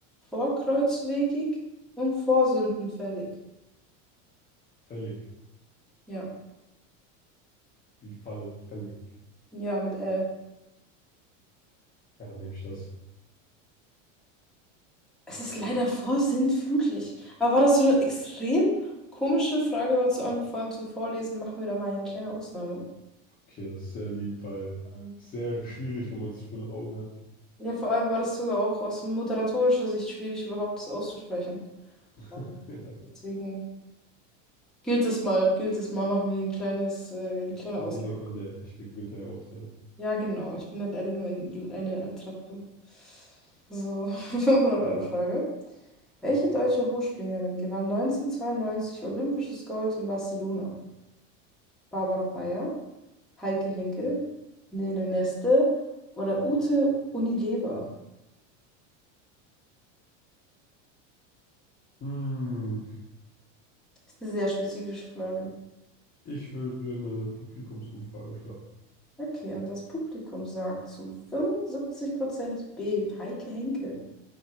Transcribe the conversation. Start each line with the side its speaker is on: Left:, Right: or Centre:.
Centre: vorkreuzwegig und vorsündenfällig.
Left: Fällig.
Centre: Ja,
Left: Wie Fall, fällig.
Centre: ja, mit L.
Left: Ja, dann nehme ich das.
Centre: Es ist leider vorsintflutlich. Aber war das so eine extrem komische Frage, war zu allem, vor allem zum Vorlesen, machen wir da mal eine kleine Ausnahme.
Left: Okay, das ist sehr lieb, weil
Centre: Ähm,
Left: es ist sehr schwierig, wenn man es vor den Augen hat.
Centre: Ja, vor allem war das sogar auch aus moderatorischer Sicht schwierig, überhaupt das auszusprechen. Ähm,
Left: <laughs> Ja,
Centre: Deswegen gilt es mal, gilt es mal, machen wir ein kleines, äh, eine kleine
Left: nicht
Centre: Ausnahme.
Left: jeder kann der echte Günther ja auch sein.
Centre: Ja, genau. Ich bin halt leider nur eine, eine Attrappe. So, <laughs> fünfhundert euro frage Welche deutsche Hochspringerin gewann 1992 olympisches Gold in Barcelona? Barbara Bayer, Heike Henkel, Nele Neste oder Ute Unilever?
Left: Hm.
Centre: Ist eine sehr spezifische Frage.
Left: Ich würde eine Publikumsumfrage starten.
Centre: Okay, und das Publikum sagt zu 75% B, Heike Henkel.